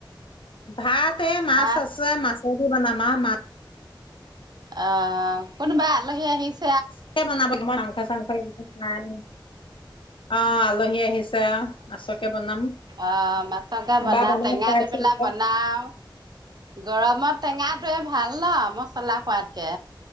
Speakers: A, on the left (about 85°); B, on the right (about 55°).
A: ভাত এ মাছ
B: ভাত
A: আছে মাছেদি বনাম আৱ মা
B: আ কোনোবা আলহী আহিছ
A: ছে বনাব মাংস চাংস নাই অ আলহী আহিছ ছে অ মাছকে বনাম
B: অ' মাছকে
A: এবাৰ
B: বনা
A: বনাই
B: টেঙা
A: খুৱাইছো
B: দি পেলাই
A: এতিয়া
B: বনা আও গৰমত টেঙাটোৱে ভাল ন মছলা খোৱাতকে